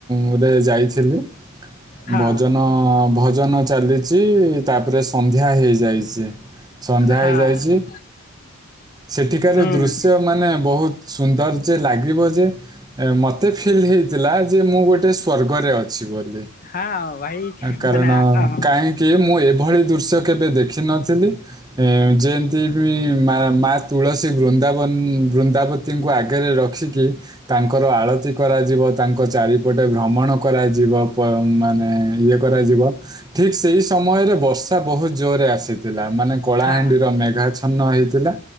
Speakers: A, on the right (about 20°); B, on the left (about 40°).
A: ଗୁରେ ଯାଇଥିଲି
B: ହଁ
A: ଭଜନ ଭଜନ ଚାଲିଛି, ଉପରେ ସନ୍ଧ୍ୟା ହେଇଯାଇଛି ସନ୍ଧ୍ୟା
B: ହଁ
A: ହେଇଯାଇଛି, ସେଠିକାରୁ
B: ହୁଁ
A: ଦୃଶ୍ୟ ମାନେ ବହୁତ ସୁନ୍ଦର ଯେ ଲାଗିବ ଯେ ମତେ ଫିଲ୍ ହେଇଥିଲା ଯେ ମୁଁ ଗୋଟେ ସ୍ଵର୍ଗରେ ଅଛି ବୋଲି
B: ହଁ ଭାଇ
A: କାରଣ
B: ମାନେ ହଁ
A: କାହିଁକି ମୁଁ ଏଭଳି ଦୃଶ୍ୟ କେବେ ଦେଖିନଥିଲି ଏ ଯେ ମା ମା ତୁଳସୀ ବୃନ୍ଦାବନ ବୃନ୍ଦାବତୀଙ୍କୁ ଆଗରେ ରଖିକି ତାଙ୍କର ଆଳତି କରାଯିବ ତାଙ୍କ ଚାରିପଟେ ଭ୍ରମଣ କରାଯିବ ମାନେ ଇଏ କରାଯିବ ଠିକ ସେଇ ସମୟରେ ବର୍ଷ ବହୁତ ଜୋରରେ ଆସିଥିଲା ମାନେ କଳାହାଣ୍ଡିର
B: ହଁ
A: ମେ ପ୍ର୍ଛନ୍ନ ହେଇଥିଲା